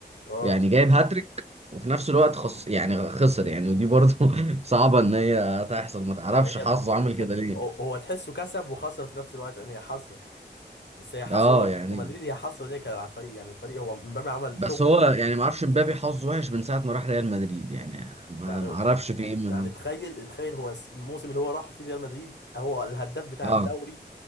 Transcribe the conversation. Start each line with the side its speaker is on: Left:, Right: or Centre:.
Left: اه
Right: يعني جايب هاتريك وفي نفس الوقت خص يعني خسر يعني ودي برضه <laughs> صعبة ان هي تحصل ما تعرفش
Left: يعني هي
Right: حظه
Left: بت...
Right: عامل
Left: بت...
Right: كده ليه
Left: هو هو تحسه كسب وخسر في نفس الوقت يعني هي حسره بس هي حسره
Right: اه
Left: دي
Right: يعني
Left: كمدريد هي حسره دي على الفريق يعني الفريق هو مبابي عمل
Right: بس
Left: شغله
Right: هو يعني ما اعرفش امبابي حظه وحش من ساعة ما راح ريال مدريد يعني ما
Left: يعني
Right: ما اعرفش في ايه منه
Left: يعني تخيل تخيل هو الموسم اللي هو راح فيه ريال مدريد هو الهداف بتاع
Right: اه
Left: الدوري